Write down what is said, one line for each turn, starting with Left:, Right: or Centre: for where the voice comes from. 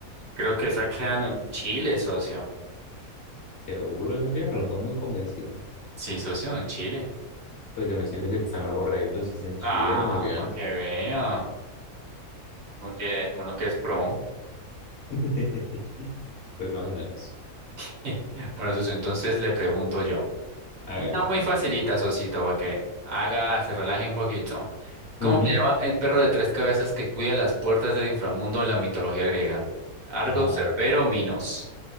Right: Creo que esas quedan en Chile, socio.
Left: Seguro, Sofía, pero no estoy muy convencido.
Right: Sí, socio, en Chile.
Left: Pues de decirles que están lo correcto, si es en Chile,
Right: Ah,
Left: muy bien.
Right: para que vea. Uno que, uno que es pro.
Left: <laughs> Pues más o menos.
Right: <laughs> Bueno, socio, entonces le pregunto yo.
Left: Hágale,
Right: Una muy
Left: hágale.
Right: facilita, socito, para que haga, se relaje un poquito. ¿Cómo
Left: Ujú.
Right: se llama el perro de tres cabezas que cuida las puertas del inframundo en la mitología griega? Argo,
Left: Ah,
Right: Cerbero, Minos.